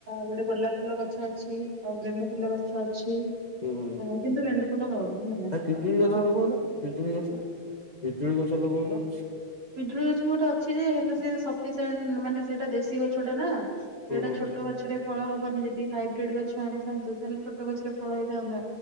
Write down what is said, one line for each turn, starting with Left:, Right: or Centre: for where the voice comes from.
Right: ଗୋଟେ ଗୋଲାପ ଫୁଲ ଗଛ ଅଛି ଆଉ ଗେଣ୍ଡୁ ଫୁଲ ଗଛ ଅଛି।
Left: ହୁଁ ହୁଁ
Right: ଅଛି, କିନ୍ତୁ ଗେଣ୍ଡୁ ଫୁଲ ହଉନି ହେଲା,
Left: ଆ ପିଜୁଳି ଗଛ
Right: ଆଉଁ
Left: ଲଗଉନ ପିଜୁଳି ଗଛ ପିଜୁଳି ଗଛ ଲଗଉନ?
Right: ପିଜୁଳି ଗଛ ବି ଗୋଟେ ଅଛି ଯେ ହେଲେ ସେ ସିଣ୍ଟ <unintelligible> ମାନେ ସେଇଟା ଦେଶୀ ଗଛ ଟା ନା
Left: ହୁଁ
Right: ଏଇଟା
Left: ହୁଁ
Right: ଛୋଟ ଗଛରେ ଫଳ ହବନି, ଯଦି ହାଇବ୍ରିଡ ଗଛ ଆଣିଥାନ୍ତୁ, ତାହେଲେ ଛୋଟ ଗଛରେ ଫଳ ହେଇଥାନ୍ତା,